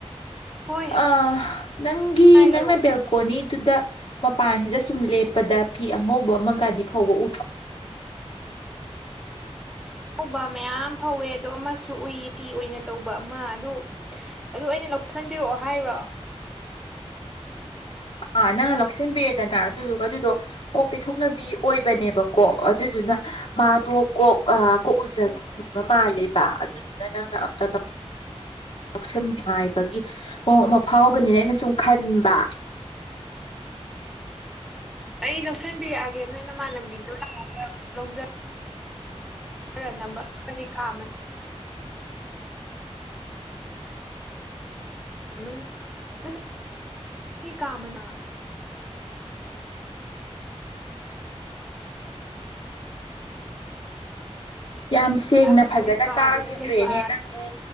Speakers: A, in the centre; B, on the left (about 55°).
A: ꯍꯣꯏ
B: ꯑ ꯅꯪꯒꯤ
A: ꯍꯥꯏꯌꯨ
B: ꯅꯪꯅ ꯕꯦꯜ ꯀꯣꯅꯤꯗꯨꯗ ꯃꯄꯥꯟꯁꯤꯗ ꯁꯨꯝ ꯂꯦꯞꯄꯗ ꯐꯤ ꯑꯉꯧꯕ ꯑꯃꯒꯗꯤ ꯐꯧꯕ ꯑꯨꯗ꯭ꯔꯣ
A: ꯉꯧꯕ ꯃꯌꯥꯝ ꯐꯥꯎꯋꯦ ꯑꯗꯣ ꯑꯃꯁꯨ ꯑꯨꯏꯌꯦ ꯐꯤ ꯑꯣꯏꯅ ꯇꯧꯕ ꯑꯃ ꯑꯗꯨ ꯑꯗꯨ ꯑꯩꯅ ꯂꯧꯁꯟꯕꯤꯔꯛꯑꯣ ꯍꯥꯏꯔꯣ
B: ꯑꯥ ꯅꯪꯅ ꯂꯧꯁꯤꯟꯕꯤꯔꯦꯗꯅ ꯑꯗꯨꯗꯨꯒ ꯑꯗꯨꯗꯣ ꯀꯣꯛ ꯇꯩꯊꯣꯛꯅꯕꯤ ꯑꯣꯏꯕꯅꯦꯕꯀꯣ ꯑꯗꯨꯗꯨꯅ ꯃꯥꯗꯣ ꯀꯣꯛ ꯑꯥ ꯀꯣꯛꯂꯨꯖꯈꯤꯅꯤꯡꯕ
A: ꯎꯝ
B: ꯃꯥꯜꯂꯦꯕ ꯑꯗꯨꯗꯨꯅ ꯅꯪꯅ ꯑꯝꯇ ꯂꯧ ꯂꯧꯁꯟ ꯉꯥꯏꯕꯒꯤ ꯃꯑꯣꯡ ꯑꯃ ꯐꯥꯎꯒꯅꯤꯅ ꯑꯩꯅ ꯁꯨꯝ ꯈꯟꯕ
A: ꯑꯩ ꯂꯧꯁꯟꯕꯤꯔꯛꯑꯒꯦ ꯅꯣꯏ ꯅꯃꯥꯟꯅꯕꯤꯗꯣ ꯂꯥꯛꯑꯒ ꯑꯃꯨꯛ ꯂꯧꯖ ꯅꯅꯕ ꯏꯕꯅꯤ ꯀꯥ ꯑꯃ ꯃꯅꯨꯡꯒꯤ <unintelligible> ꯀꯥ ꯃꯅꯥꯛ
B: ꯌꯥꯝ ꯁꯦꯡꯅ
A: ꯃꯆꯨ
B: ꯐꯖꯅ
A: ꯑꯩ ꯀꯥꯗꯣ
B: ꯇꯥꯒꯤꯗ꯭ꯔꯦꯅꯦ
A: ꯑꯗꯨ ꯂꯩꯕ
B: ꯅꯪꯒꯤ